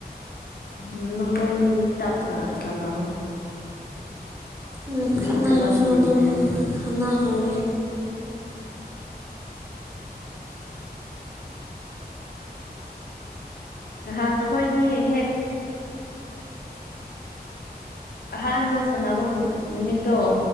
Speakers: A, on the left (about 65°); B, on the right (about 15°).
A: ꯎ ꯅꯈꯣꯏꯅꯤꯗꯤ ꯇꯞꯅ ꯁꯥꯟꯅꯧ
B: ꯎꯝ
A: ꯍꯧꯖꯤꯛ
B: ꯈꯠꯅꯔꯁꯨ
A: ꯊꯕꯛ ꯆꯤꯜꯂꯦ
B: ꯑꯗꯨꯝ
A: ꯍꯥꯏꯌꯦ
B: ꯈꯠꯅꯈ꯭ꯔꯒꯦ
A: ꯅꯍꯥꯟ ꯑꯩꯈꯣꯏꯅꯤ ꯍꯦꯛ ꯑꯍꯥꯟꯕ ꯁꯥꯟꯐꯝ ꯅꯨꯃꯤꯠꯇꯣ